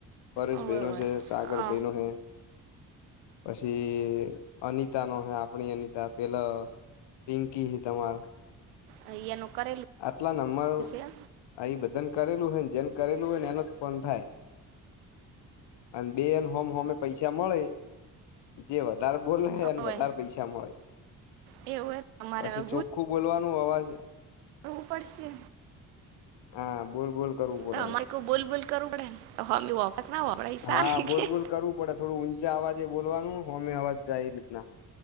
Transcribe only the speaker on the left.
પરેશ
ભાઈનો
છે સાગર
ભાઈનો હૈ. પછી અનિતા નો હે આપણી અનિતા પેલા. પિંકી હે તમાર.
આટલા નંબર
અહી બધાનું કરેલું હોય ને જેને કરેલું હોય ને એનો જ ફોન થાય. અને બે એન હોમ હોમે પૈસા મળે. જે વધારે બોલે એને
વધારે પૈસા મળે.
પછી
ચોખ્ખું બોલવાનું અવાજ.
હા બોલ બોલ. કરવું પડે
એમ
હા બોલ
બોલ કરવું પડે થોડું ઊંચા અવાજે બોલવાનું હોમે અવાજ જાય એ રીતના.